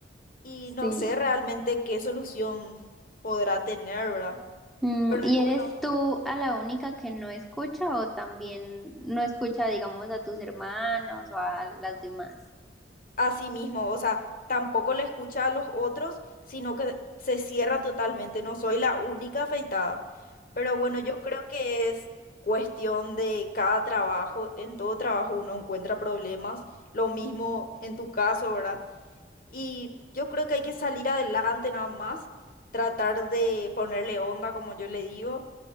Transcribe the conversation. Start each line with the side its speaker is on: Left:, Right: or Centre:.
Left: y
Centre: sí.
Left: no sé realmente qué solución podrá tener, ¿verdad?
Centre: Mm,
Left: Pero
Centre: ¿y
Left: y
Centre: eres
Left: bueno,
Centre: tú a la única que no escucha o también no escucha, digamos, a tus hermanos o a las demás?
Left: así mismo, o sea, tampoco le escucha a los otros, sino que se cierra totalmente. No soy la única afeitada. Pero bueno, yo creo que es cuestión de cada trabajo. En todo trabajo uno encuentra problemas. Lo mismo en tu caso, ¿verdad? Y yo creo que hay que salir adelante nada más, tratar de ponerle onda, como yo le digo